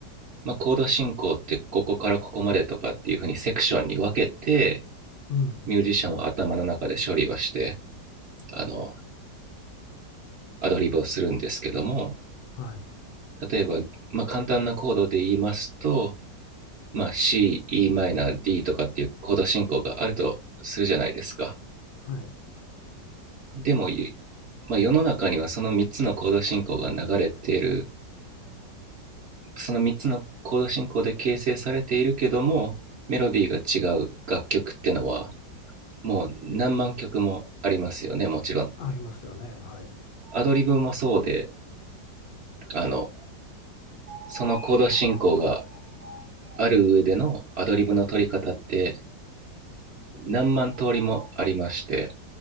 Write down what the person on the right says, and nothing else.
まあ、コード進行ってここからここまでとかっていう風にセクションに分けて
ミュージシャンは頭の中で処理をしてあのアドリブをするんですけども
例えば、まあ、簡単なコードで言いますと、まあ、C、Em、D とかっていうコード進行があるとするじゃないですか。
でも、まあ、世の中にはその3つのコード進行が流れているその3つのコード進行で形成されているけどもメロディーが違う楽曲ってのはもう何万曲もありますよねもちろん
アドリブもそうであのそのコード進行がある上でのアドリブの取り方って何万通りもありまして